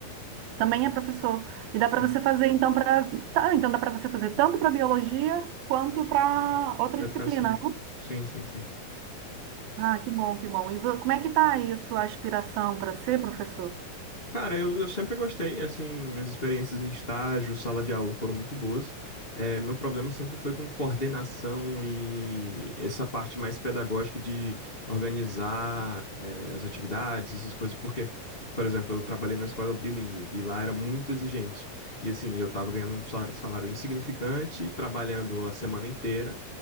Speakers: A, on the right; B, on the left.
A: Também é professor. E dá
B: sim,
A: para você fazer, então, para. Tá, então dá para você fazer tanto para biologia quanto para outra
B: educação.
A: disciplina, não?
B: Sim, sim, sim.
A: Ah, que bom, que bom. E vo- como é que tá aí a sua aspiração para ser professor?
B: Cara, eu, eu sempre gostei, assim, minhas experiências em estágio, sala de aula foram muito boas. Eh, meu problema sempre foi com coordenação e essa parte mais pedagógica de organizar, eh, as atividades, essas coisas, porque, por exemplo, eu trabalhei numa escola bilíngue e lá era muito exigente. E assim, eu tava ganhando um sa- salário insignificante, trabalhando a semana inteira